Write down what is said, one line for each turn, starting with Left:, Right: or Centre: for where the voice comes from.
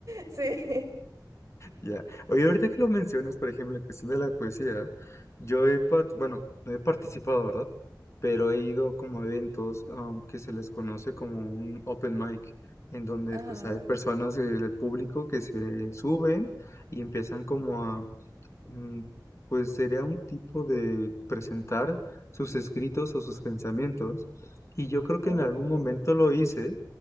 Right: sí.
Left: Ya. Oye, ahorita que lo mencionas, por ejemplo, en cuestión de la poesía, yo he, par- bueno, no he participado, ¿verdad? Pero he ido como a eventos um, que se les conoce como un open mic, en donde
Right: Ajá.
Left: pues hay personas del público que se suben y empiezan como a, mm, pues sería un tipo de presentar sus escritos o sus pensamientos. Y yo creo que
Right: Ok.
Left: en algún momento lo hice,